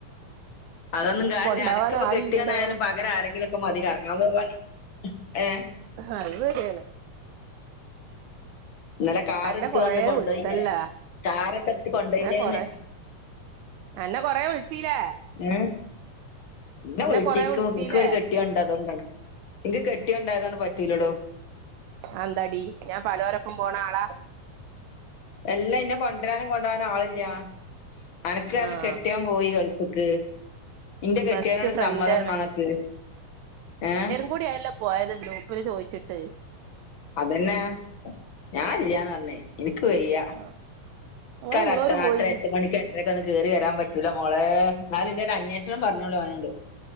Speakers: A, on the left; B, on the right.
A: അതൊന്നും കാര്യല്ല
B: കൊണ്ടാവാൻ
A: അനക്ക്പ്പ
B: ആളില്ലടോ
A: കെട്ട്യോനായാലും പകര ആരെങ്കിലൊ ക്ക മതി കർങ്ങാം പോവാന് ഏഹ്.
B: അയ് സര്യാണ്.
A: ന്നലെ കാറ്ട്ത്ത്
B: അന്നെ കൊറേ
A: വന്ന് കൊണ്ടോയിലേ
B: വിളിച്ചല്ലാ
A: കാറൊക്കെട്ത്ത് കൊണ്ടോയിലേന്ന്.
B: അന്നെ കൊറേ അന്നെ കൊറേ വിൾച്ചീലേ.
A: ഏഹ് ന്നെ വിൾച്ചിക്കു
B: കൊറേ വിളിച്ചീലേ
A: ഇക്കൊര് കെ ട്ട്യോണ്ട് അതോണ്ടാണ് ഇൻക്ക് കെട്ട്യോണ്ടായതാണ് പറ്റീലടോ.
B: അ അന്താടി ഞാ പലോരൊപ്പം പോണ ആളാ.
A: അല്ല ഇന്നെ കൊണ്ടരാനും കൊണ്ടോവാനും ആളില്ല അനക്ക് അൻ്റെ
B: ആഹ്
A: കെട്ട്യോം. പോയി ഗൾഫ്ക്ക് ഇന്റെ കെട്ട്യോനോട്
B: ബെസ്റ്റ് ഫ്രണ്ടാണ്
A: സമ്മതം മാണക്ക് ഏഹ്.
B: കൂടിയായല്ലൊ പോയത് ഗ്രൂപ്പ്ല് ചോയ്ച്ച്ട്ട്.
A: അതന്നെ ഞാ ഇല്ല്യാന്നർഞ്ഞ്
B: ഉം
A: ഇനിക്ക് വയ്യ.
B: ആഹ് ഞങ്ങളുള്ളോര്
A: കരട്ട ആട്ടര
B: പോയി
A: എട്ട് മണിക്കെ രക്കെന്ന് കേറി വരാം പറ്റൂല മോളേ ന്നാലും ൻ്റെ രൊന്വേഷണം പർഞ്ഞോളി ഓനോട്.